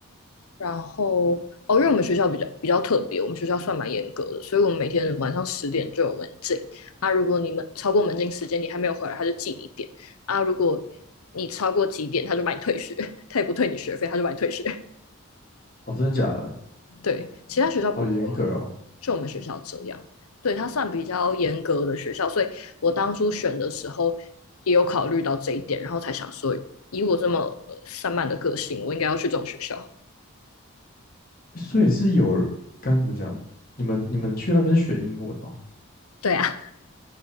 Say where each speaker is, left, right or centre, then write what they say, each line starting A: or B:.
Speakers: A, on the left; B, on the left.
A: 然后哦，因为我们学校比较比较特别，我们学校算蛮严格的，所以我们每天晚上十点就有门禁。啊，如果你们超过门禁时间，你还没有回来，他就记你点。啊，如果你超过几点，他就把你退学，<laughs> 他也不退你学费，他就把你退学。
B: 哦，真的假的？
A: 对，其他学校不会。
B: 好严格哦。
A: 就我们学校这样，对，它算比较严格的学校，所以我当初选的时候也有考虑到这一点，然后才想说，以我这么散漫的个性，我应该要去这种学校。
B: 所以是有人跟你们讲，你们你们去那边学英文哦？
A: 对啊，